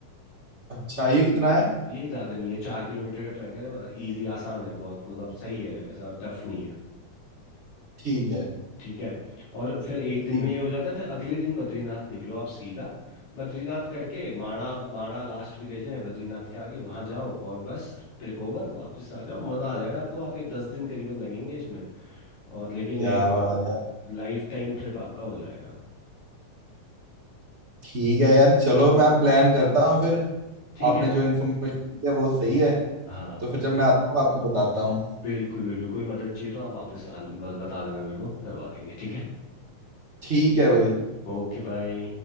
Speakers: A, on the right (about 45°); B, on the left (about 75°).
A: अच्छा ये कितना है
B: ये ज्यादा नहीं है चार किलोमीटर का ट्रैक है ना इजी आसान है बहुत मतलब सही है ऐसा टफ नहीं है
A: ठीक है
B: ठीक है और फिर एक दिन
A: ठीक
B: में ये
A: है
B: हो जाता है फिर अगले दिन बद्रीनाथ निकलो आप सीधा बद्रीनाथ करके माणा माणा लास्ट विलेज है बद्रीनाथ के आगे वहां जाओ और बस ट्रिप ओवर वापस आ जाओ मजा आ जाएगा आपको आपके दस दिन करीबन लगेंगे इसमें और लेकिन
A: क्या
B: एक
A: बात है यार
B: लाइफ टाइम ट्रिप आपका हो जाएगा
A: ठीक है यार चलो मैं प्लान करता हूँ फिर
B: ठीक
A: आपने
B: है
A: जो इन्फॉर्मेशन दी है वो सही है
B: हाँ
A: तो फिर जब मैं आता हूँ आपको बताता हूँ
B: बिल्कुल बिल्कुल कोई मदद चाहिए तो आप वापस आन- ब- बता देना मेरे को करवा देंगे ठीक है
A: ठीक है भाई
B: Okay bye